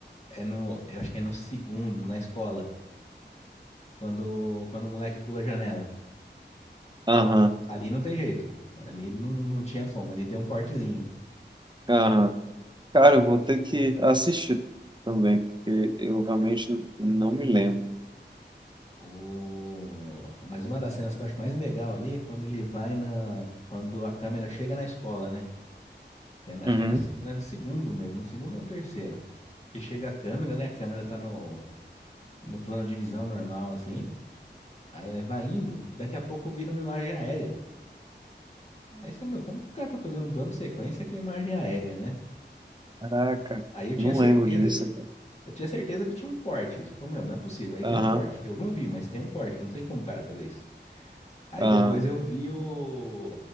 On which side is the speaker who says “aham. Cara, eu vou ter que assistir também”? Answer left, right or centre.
Right